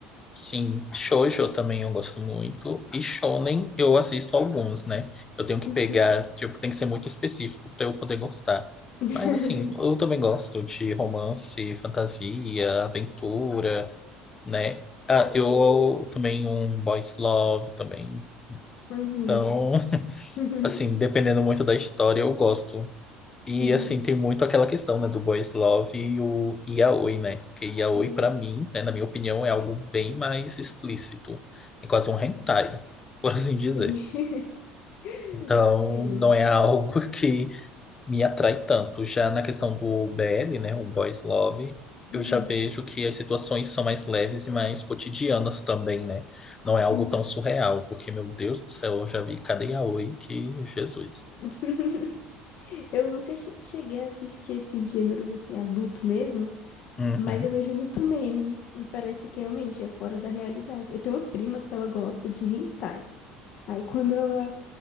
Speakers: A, on the left; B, on the left.
A: Sim, shoujo também eu gosto muito. E shonen eu assisto alguns, né? Eu tenho que
B: Uhum.
A: pegar, tipo, tem que ser muito específico para eu poder gostar.
B: <laughs>
A: Mas assim, eu também gosto de romance, fantasia, aventura, né? Ah, eu também um boys love também.
B: Uhum.
A: Então, <laughs>
B: <laughs>
A: assim, dependendo muito da história, eu gosto. E
B: Uhum.
A: assim, tem muito aquela questão, né, do boys love e o yaoi, né? Porque yaoi,
B: Sim.
A: pra mim, né, na minha opinião, é algo bem mais explícito. É quase um hentai,
B: Uhum.
A: <laughs> por assim dizer.
B: Sim. <laughs>
A: Então,
B: Sim.
A: não é <laughs> algo que me atrai tanto. Já na questão do BL, né, o boys love, eu
B: Uhum.
A: já vejo que as situações são mais leves e mais cotidianas também, né? Não é algo
B: Uhum.
A: tão surreal, porque, meu Deus do céu, eu já vi cada yaoi que Jesus.
B: <laughs> Eu nunca che- cheguei a assistir esses gêneros assim, adulto mesmo,
A: Uhum.
B: mas eu vejo muito meme e parece que realmente é fora da realidade. Eu tenho uma prima que ela gosta de hentai. Aí quando ela